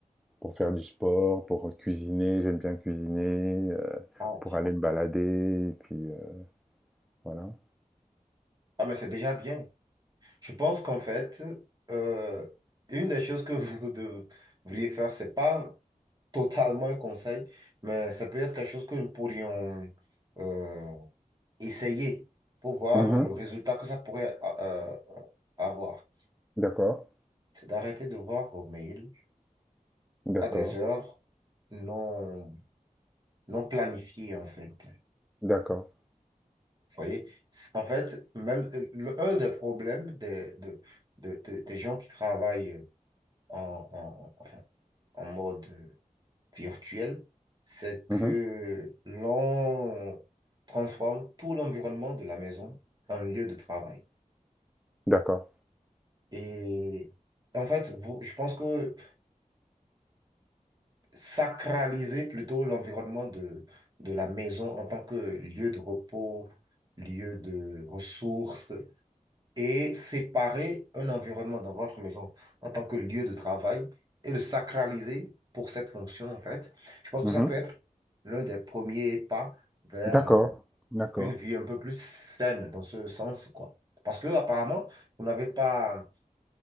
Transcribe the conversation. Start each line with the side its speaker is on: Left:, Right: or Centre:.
Centre: pour faire du sport, pour cuisiner, j'aime bien cuisiner,
Right: Ah, ok.
Centre: Pour aller me balader et puis, heu, voilà.
Right: Ah, mais c'est déjà bien. Je pense qu'en fait, euh, une des choses que vous <laughs> devriez faire, c'est pas totalement un conseil, mais c'est peut-être quelque chose que nous pourrions euh, essayer pour voir
Centre: Mmh
Right: le résultat que ça pourrait euh, avoir.
Centre: D'accord,
Right: C'est d'arrêter de voir vos mails
Centre: d'accord,
Right: à des heures non, non planifiées, en fait. Vous
Centre: d'accord.
Right: voyez? C'est- En fait, même euh, le- un des problèmes des, de- de- de- des gens qui travaillent en, en- enfin, en mode virtuel, c'est que
Centre: Mmh
Right: l'on transforme tout l'environnement de la maison en lieu de travail.
Centre: D'accord.
Right: Et en fait, vous- je pense que sacraliser plutôt l'environnement de, de la maison en tant que lieu de repos, lieu de ressources, et séparer un environnement dans votre maison en tant que lieu de travail et le sacraliser pour cette fonction, en fait. Je pense
Centre: Mmh
Right: que ça peut être l'un des premiers pas vers
Centre: D'accord,
Right: euh,
Centre: d'accord.
Right: une vie un peu plus saine dans ce sens, quoi. Parce que apparemment, vous n'avez pas